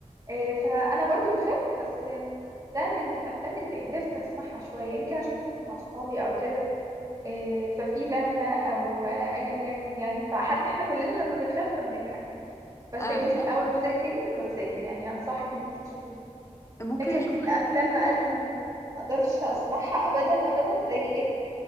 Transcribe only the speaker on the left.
آه
لا
ممكن
أشوفها